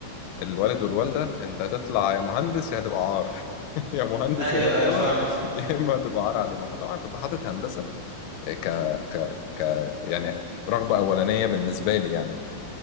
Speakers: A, on the left (about 85°); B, on the right (about 65°).
A: الوالد والوالدة أنت هتطلع يا مهندس يا هتبقى عار <laughs> يا مهندس
B: ايوه
A: يا دكتور
B: ايوه فاهمك
A: يا إما هتبقى عار علينا فطبعا كنت حاطط هندسة إيه، ك ك ك يعني رغبة أولانية بالنسبة لي يعني